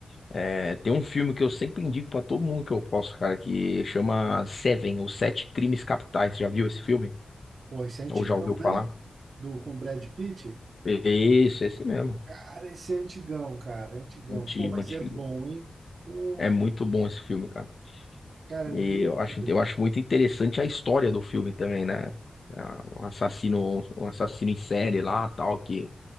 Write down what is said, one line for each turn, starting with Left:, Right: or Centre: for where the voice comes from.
Left: É, tem um filme que eu sempre indico pra todo mundo que eu posso, cara, que chama Seven, ou Sete Crimes Capitais. Já viu esse filme?
Right: Pô, esse é antigão,
Left: Ou já ouviu falar?
Right: né? Do, com o Brad Pitt.
Left: Isso, esse mesmo.
Right: Cara, esse é antigão, cara, é antigão.
Left: Antigo,
Right: Pô, mas
Left: antigo.
Right: é bom, hein? Pô,
Left: É muito bom esse filme, cara.
Right: cara, é muito
Left: E eu acho,
Right: bom.
Left: eu acho muito interessante a história do filme também, né? É Um assassino, um assassino em série lá, tal, que